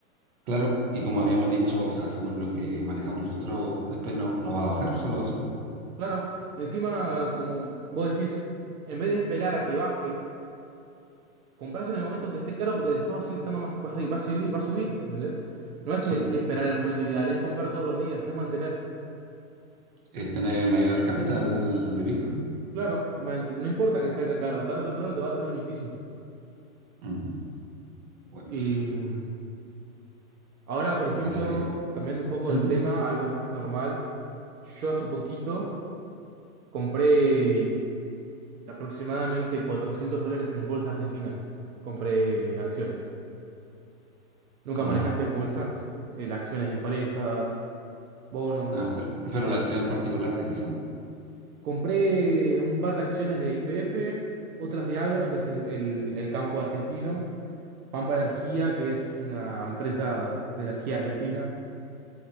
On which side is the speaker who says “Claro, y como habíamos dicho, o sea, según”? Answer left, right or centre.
Right